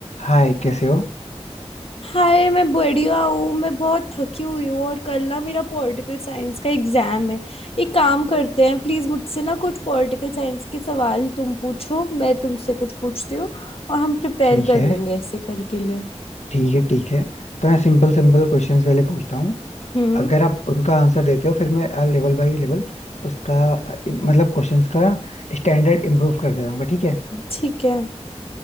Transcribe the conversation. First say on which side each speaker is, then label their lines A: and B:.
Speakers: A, on the left; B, on the left.
A: हाय कैसे हो
B: हाय मैं बढ़िया हूँ मैं बहुत थकी हुई हूँ और कल ना मेरा पॉलिटिकल साइंस का एग्जाम है एक काम करते हैं प्लीज मुझसे ना कुछ पॉलिटिकल साइंस के सवाल तुम पूछो मैं तुमसे कुछ पूछती हूँ और हम प्रिपेयर
A: ठीक
B: कर
A: है
B: लेंगे ऐसे कल के लिए
A: ठीक है ठीक है तो मैं सिंपल सिंपल क्वेश्चंस पहले पूछता हूँ
B: हम्म
A: अगर आप उनका आंसर देते हो फिर मैं लेवल बाय लेवल उसका अ, मतलब क्वेश्चंस का स्टैंडर्ड इम्प्रूव करते रहूंगा ठीक है
B: ठीक है